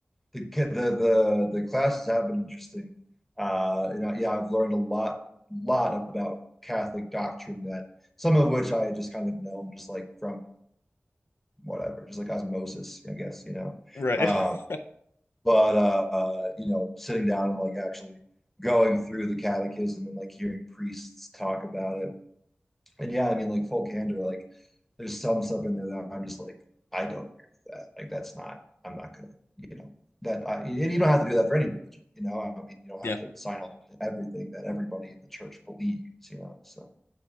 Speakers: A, in the centre; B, on the left.
A: the ki- the the the classes have been interesting. Uh, you know, yeah, I've learned a lot lot about Catholic doctrine that some of which I just kind of know, just like from whatever, just like osmosis, I guess, you know.
B: Right.
A: Um,
B: <laughs>
A: but uh, you know, sitting down and like actually going through the catechism and like hearing priests talk about it. And yeah, I mean, like full candor, like there's some stuff in there that I'm just like, I don't agree with that. Like that's not, I'm not gonna, you know, that I, and you don't have to do that for any religion, you know. I mean, you don't
B: Yeah.
A: have to sign on to everything that everybody in the church believes, you know. So,